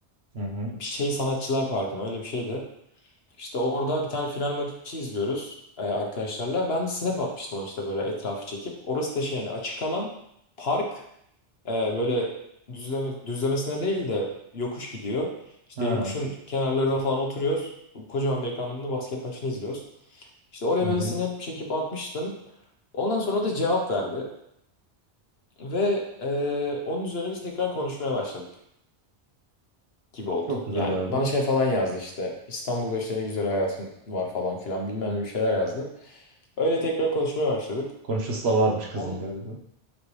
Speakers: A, on the right; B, on the left.
A: Hı hı.
B: Bir şey Sanatçılar Parkı mı öyle bir şeydi. İşte orada bir tane final maçı izliyoruz e, arkadaşlarla. Ben snap atmıştım onu işte böyle etrafı çekip. Orası da şey yani açık alan park e, böyle düzleme, düzlemesine değil de yokuş gidiyor. İşte
A: Ha.
B: yokuşun kenarlarına falan oturuyoruz. Kocaman bir ekranda basket maçını izliyoruz. İşte oraya
A: Hı hı.
B: Rebels'ini hep çekip atmıştım. Ondan sonra o da cevap verdi. Ve eee, onun üzerine biz tekrar konuşmaya başladık gibi oldu.
A: Çok güzel
B: Yani
A: abi.
B: bana şey falan yazdı işte. İstanbul'da işte ne güzel hayatın var falan filan bilmem ne bir şeyler yazdı. Öyle tekrar konuşmaya başladık.
A: Konuşası da varmış kızın
B: On,
A: galiba.